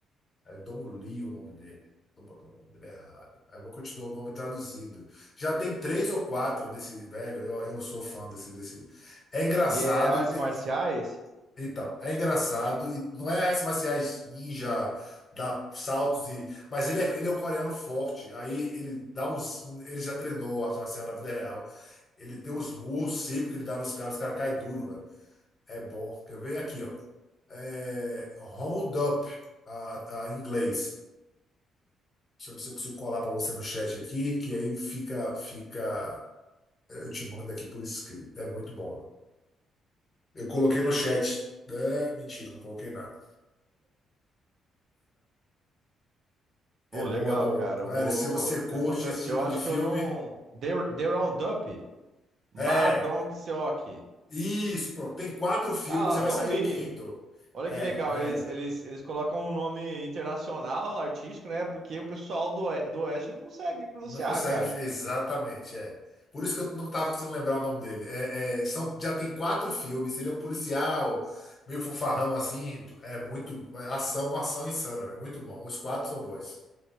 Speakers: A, on the left; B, on the right.
A: É Don Lee é o nome dele. Tô botando o nome dele errado. É bom que eu te dou o nome traduzido. Já tem três ou quatro desse, velho. Eu, eu sou fã desse, desse. É engraçado.
B: E é artes
A: e te-
B: marciais?
A: Então, é engraçado. E não é artes marciais ninja, dá saltos e. Mas ele é, ele é um coreano forte. Aí ele dá uns. um- Ele já treinou arte marcial na vida real. Ele tem uns murros secos que ele dá nos caras, os caras caem duro, velho. É bom. Quer ver? Aqui, ó. É, Round Up, a, a, em inglês. Deixa eu ver se eu consigo colar para você no chat aqui, que aí fica, fica. é, Eu te mando aqui por escrito. É muito bom. né? Eu coloquei no chat. É, mentira, não coloquei nada.
B: Pô,
A: É bom,
B: legal,
A: é bom.
B: cara. Eu
A: Velho,
B: vou.
A: se você curte
B: Eu, tô, eu,
A: esse tipo
B: eu acho
A: de filme.
B: que eu não. The, The Roundup? Ma
A: É,
B: Dong-seok.
A: isso, pronto. Tem quatro filmes
B: Ah,
A: e
B: Don
A: vai sair
B: Lee.
A: o quinto.
B: Olha
A: É,
B: que legal,
A: velho.
B: eles, eles, eles colocam um nome internacional, artístico, né? Porque o pessoal do, Oe- do Oeste não consegue pronunciar,
A: Não consegue,
B: cara.
A: exatamente, é. Por isso que eu não tava conseguindo lembrar o nome dele. É, é, são, já tem quatro filmes, ele é um policial, meio fanfarrão assim, é muito, ação, ação insana, é muito bom. Os quatro são bons.